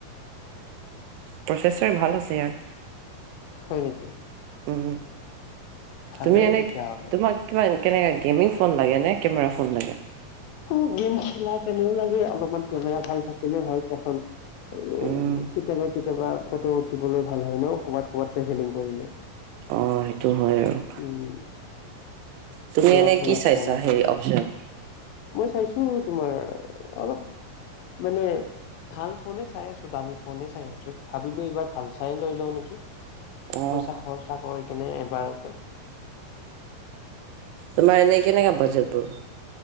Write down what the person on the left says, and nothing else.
হয় নেকি?
ভালেই
তেতিয়াহ'লে।
অ', গেম খেলা কাৰণেও লাগে অলপমান কেমেৰা ভাল থাকে। নে হয় কে কেতিয়াবা
কেতিয়াবা ফটো উঠিবলৈ ভাল হয় ন' ক'বাত ক'ৰবাত ট্ৰেভেলিং কৰিলে।
উম
ঘুৰা
ফুৰা
কাম আহে
মই চাইছো তোমাৰ অলপ মানে ভাল ফোনে চাই আছো দামি ফোনে চাই আছো ভাবিলো এইবাৰ ভাল চাই লৈ লওঁ নেকি।
পইচা খৰচা কৰি কেনে এবাৰতে